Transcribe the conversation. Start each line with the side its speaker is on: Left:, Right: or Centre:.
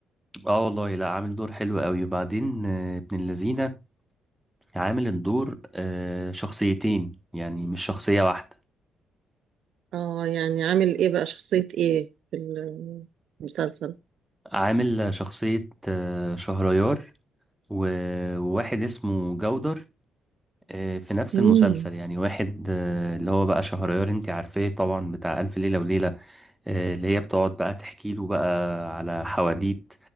Centre: اه والله لا عامل دور حلو قوي وبعدين آه، ابن اللذينه عامل الدور آه، شخصيتين يعني مش شخصية واحدة
Right: آه يعني عامل إيه بقى شخصية إيه في ال- المسلسل
Centre: عامل شخصية آه، شهريار و- وواحد اسمه جودر آه، في نفس
Right: مم.
Centre: المسلسل يعني واحد آه، اللي هو بقى شهريار انت عارفاه طبعا بتاع ألف ليلة وليلة آه، اللي هي بتقعد بقى تحكي له بقى على حواديت